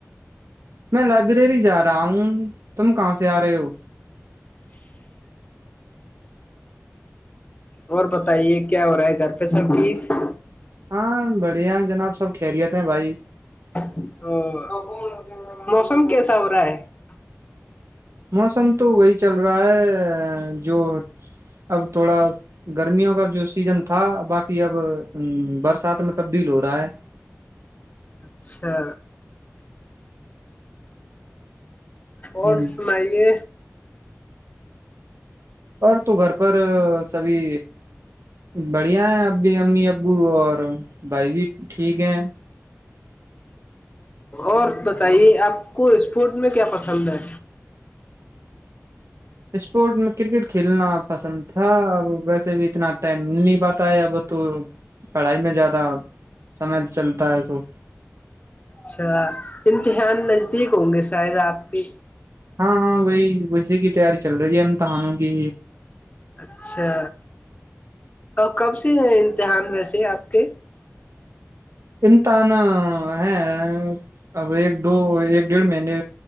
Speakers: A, on the right; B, on the left.
A: میں لائبریری جا رہا ہوں تم کہاں سے آ رہے ہو
B: <inaudible> اور بتائیے کیا ہو رہا ہے گھر پہ سب ٹھیک
A: ہاں بڑھیا جناب سب خیریت ہیں بھائی
B: <inaudible>
A: موسم تو وہی چل رہا ہے جو اب تھوڑا گرمیوں کا جو سیزن تھا باقی اب برسات میں تبدیل ہو رہا ہے
B: اچھا اور
A: ہ
B: سمائیے
A: اور تو گھر پر سبھی بڑھیا ہے اب بھی امی ابو اور بھائی بھی ٹھیک ہے
B: اور بتائیے آپ کو اسپورٹ میں کیا پسند ہے
A: <inaudible> اسپورٹ میں کرکٹ کھیلنا آپ پسند تھا ا ویسے بھی اتنا ٹائم نہیں پاتا ہے اب تو پڑھائی میں زیادہ سمے چلتا ہے توو
B: اچھا امتحان نزدیک ہوں گے شاید آپ کے
A: ہاں ہاں وہی ویسی کی تیاری چل رہی ہے امتحانوں کی
B: اچھا اور کب سے دحان ویسے آپ کے
A: امتحان ہے اب ایک دو ایک ڈیڑھ مہینے